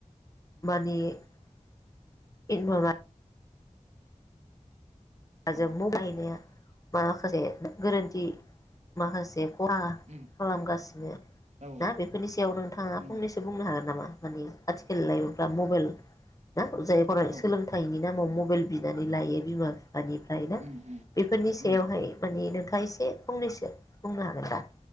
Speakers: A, on the left; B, on the right.
A: माने इ नरमा <unintelligible>
B: अ औ
A: जों मु बाहायनाया बा <unintelligible> से गोरोन्थि माखासे खहा
B: उम
A: खालामगासिनो
B: औ
A: ना। बेफोरनि सायाव नोंथाङा
B: नंगौ
A: फंनैसो बुंनो हागोन नामा? माने आथिखाल लाइमोनफ्रा मबाइल ना जायफोरा
B: औ
A: सोलोंथाइनि नामाव मबेल बिनानै लायो बिमा फि फानिफ्राय ना।
B: उम उम
A: बेफोरनि सायावहाय
B: उम
A: माने नोंथां आ एसे फंनैसो बुंनो हागोन दा?